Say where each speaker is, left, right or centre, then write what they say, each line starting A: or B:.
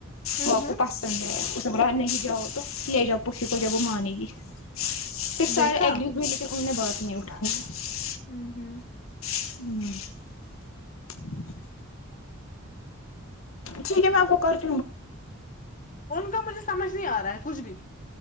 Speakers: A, on the left; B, on the left.
A: ہ
B: وہ آپ کو پسند ہے اس نہیں جاؤ تو لے جاؤ پفی کو جب وہ مانے گی پھر سارے
A: دیکھا
B: ایگری ہوئے ل <unintelligible> میں نے بات نہیں اٹھائی <inaudible>
A: ہوں ہوں <inaudible>
B: ہ <unintelligible> <inaudible> ٹھیک ہے میں آپ کو کر <unintelligible>
A: ان کا مجھے سمجھ نہیں آ رہا ہے کچھ بھی